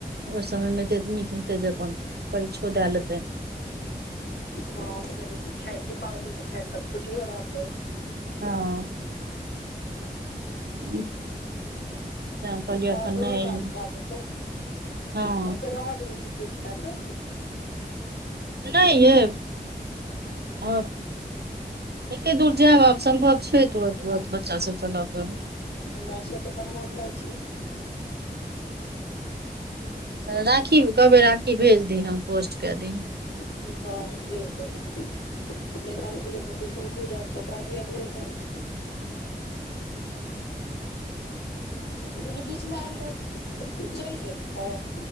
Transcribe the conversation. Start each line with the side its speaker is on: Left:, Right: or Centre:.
Right: ओहि समयमे एतेक नीक हेतै जे अपन परीक्षो दए लेतै
Left: हँ फेर दीपावली से छैठ तक छुटियो रहतै
Right: हँ <inaudible> तैं कहलियै
Left: हँ
Right: एखन
Left: दुनू
Right: नहि
Left: काज भए जेतै तऽ
Right: हँ
Left: फेर अहाँ जेबै की त जा के
Right: नहि ये अब एते दूर जायब आब सम्भव छै तुरत तुरत बच्चा सब के लऽ कऽ
Left: नै से तऽ सम्भव नहि छै
Right: राखी कहबै राखी भेज दीहे हम पोस्ट कए दीहे
Left: हँ भीड़ तऽ रहबे नहि तऽ हम ई त्रिशंकु जैत ओकरा दुआरे भेज देब ओ जे बीच मे आयल रहैथ चलि गेल रहै